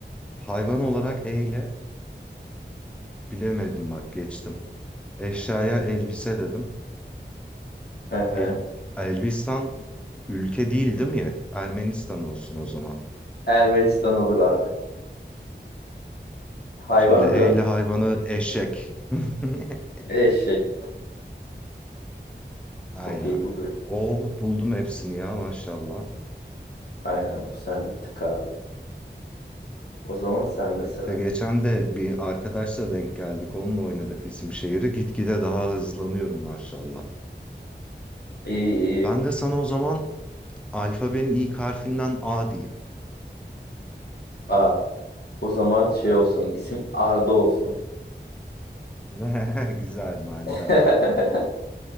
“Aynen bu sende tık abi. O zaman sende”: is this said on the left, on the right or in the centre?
Left